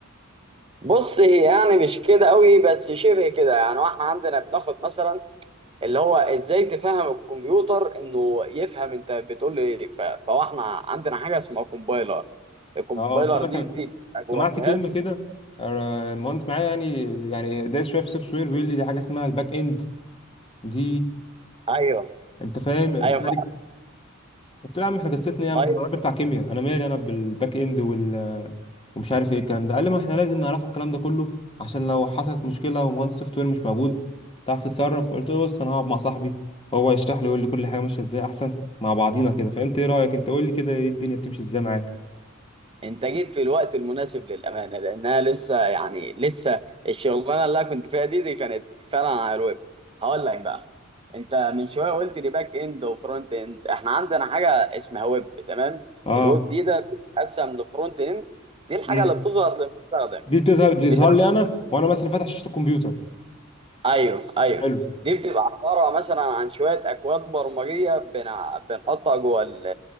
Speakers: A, on the right; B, on the left.
A: بص هي يعني مش كده قوي بس شبه كده يعني واحنا عندنا بناخد مثلا اللي هو ازاي تفهم الكمبيوتر انه يفهم انت بتقول ايه ف... فاحنا عندنا حاجه اسمها كومبايلر الكومبايلر
B: اه اصل انا
A: دي
B: كان
A: دي بتبقى
B: سمعت
A: جوه الجهاز
B: كلمه كده آه، مهندس معايا يعني يعني دايس شويه في السوفت وير بيقول لي دي حاجه اسمها الباك اند دي
A: ايوه
B: انت فاهم الخارج
A: ايوه فعلا
B: قلت له يا عم احنا قصتنا ايه يا عم
A: طيب
B: احنا الراجل بتاع كيمياء انا مالي انا بالباك اند وال ومش عارف ايه الكلام ده قال لي ما احنا لازم نعرفه الكلام ده كله عشان لو حصلت مشكله ومهندس سوفت وير مش موجود تعرف تتصرف قلت له بص انا هقعد مع صاحبي هو هيشرح لي ويقول لي كل حاجه ماشيه ازاي احسن مع بعضينا كده فانت ايه رايك انت قول لي كده ايه الدنيا بتمشي ازاي معاك
A: انت جيت في الوقت المناسب للامانه لانها لسه يعني لسه الشغلانه اللي انا كنت فيها دي دي كانت فعلا على الويب هقول لك بقى انت من شويه قلت لي باك اند وفرونت اند احنا عندنا حاجه اسمها ويب تمام
B: اه
A: الويب دي ده بتتقسم لفرونت اند دي الحاجه
B: امم
A: اللي بتظهر للمستخدم
B: دي بتظهر بتظهر
A: بتبقى
B: لي انا وانا مثلا فاتح شاشه الكمبيوتر
A: ايوه ايوه
B: حلو
A: دي بتبقى عباره مثلا عن شويه اكواد برمجيه بنع- بنحطها جوه ال-